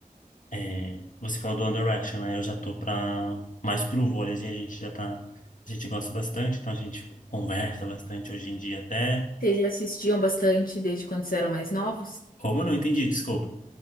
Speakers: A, on the left (about 65°); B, on the left (about 85°).
A: é, você falou do One Direction, né? Eu já tô pra, mais pro vôlei e a gente já tá. A gente gosta bastante, então a gente conversa bastante hoje em dia até.
B: Vocês já assistiam bastante desde quando vocês eram mais novos?
A: Como eu não entendi, desculpa.